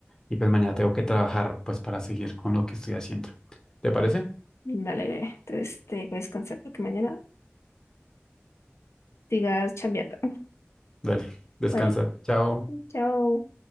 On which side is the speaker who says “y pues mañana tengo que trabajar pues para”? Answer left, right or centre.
Left